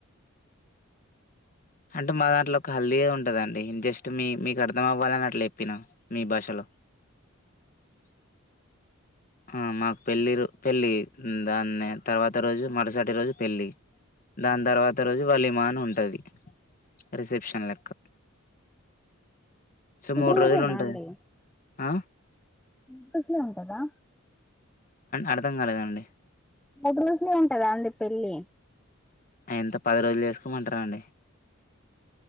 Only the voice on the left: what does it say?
అంటే మా దాంట్లో ఒక హల్దీగా ఉంటదండి జస్ట్ మీ మీకు అర్థం అవ్వాలని అట్లా చెప్పినాం మీ భాషలో <unintelligible> ఆ మాకు పెళ్ళి పెళ్ళి దాన్ని తర్వాత రోజు మరుసటి రోజు పెళ్ళి దాని తర్వాత రోజు వలి మాన్ ఉంటది రిసెప్షన్ లెక్క <unintelligible> సో మూడు
రోజులు ఉంటాయి
ఆ
అర్థం కాలేదు అండి
ఎంత పది రోజులు చేసుకోమంటార అండి